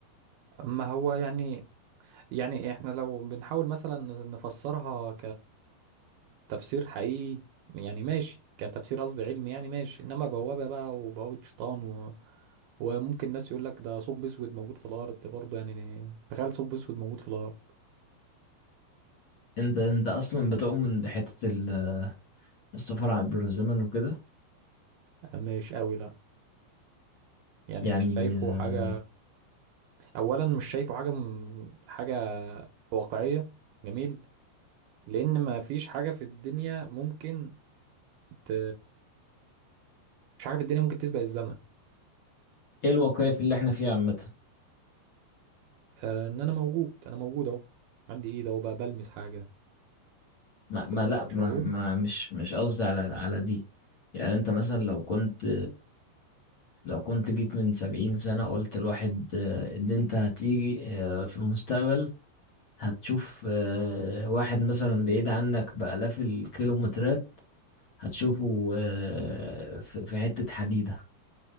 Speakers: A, on the right; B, on the left.
A: ما هو يعني يعني احنا لو بنحاول مثلا نفسرها كتفسير حقيقي يعني ماشي كتفسير قصدي علمي يعني ماشي انما بوابة بقى وبوابة شيطان و... وممكن ناس يقول لك ده ثقب اسود موجود في الارض برضه يعني تخيل ثقب اسود موجود في الارض
B: انت انت اصلا بتؤمن بحتة ال- السفر عبر الزمن وكده
A: مش قوي لا يعني
B: يعني
A: مش شايفه
B: آه،
A: حاجة اولا مش شايفه حاجه م... حاجه واقعية جميل لأن ما فيش حاجة في الدنيا ممكن ت... مش حاجة في الدنيا ممكن تسبق الزمن
B: ايه الواقعية في اللي احنا فيها عامة
A: آه، إن أنا موجود أنا موجود أهو عندي إيد أهو بقى بلمس حاجة
B: ما, ما
A: طب أنت
B: لا
A: مش
B: ما,
A: موجود
B: ما مش مش قصدي على على دي يعني انت مثلا لو كنت لو كنت جيت من سبعين سنة قلت الواحد ان انت هتيجي آه، في المستقبل هتشوف آه، واحد مثلا بعيد عنك بآلاف الكيلومترات هتشوفه آه، في في حتة حديدة